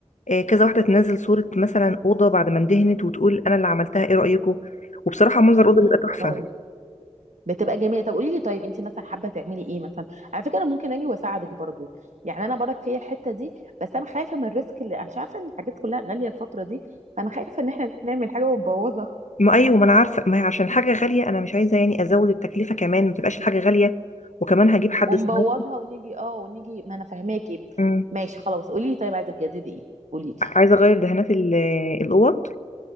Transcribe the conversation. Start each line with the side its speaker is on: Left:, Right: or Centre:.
Left: آه، كذا واحده تنزل صوره مثلا اوضه بعد ما اندهنت وتقول انا اللي عملتها ايه رايكم وبصراحه منظر
Right: فهماكي
Left: الاوضه بيبقى تحفه
Right: اه بتبقى جميله طب قولي لي طيب انت مثلا حابه تعملي ايه مثلا على فكره انا ممكن اجي واساعدك برضو يعني انا برك فيا الحته دي بس انا خايفه من الريسك اللي عشان عارفه ان الحاجات كلها غاليه الفتره دي فانا خايفه ان احنا نعمل حاجه ونبوظها
Left: ما ايوه ما انا عارفه ما هي عشان حاجه غاليه انا مش عايزه يعني ازود التكلفه كمان ما تبقاش الحاجه غاليه وكمان هجيب حد
Right: ونبوظها
Left: صغير
Right: ونيجي اه ونيجي ما انا فهماكي
Left: مم.
Right: ماشي خلاص قولي لي طيب عايزه تجددي ايه قولي لي
Left: عايزه اغير دهانات ال- الاوض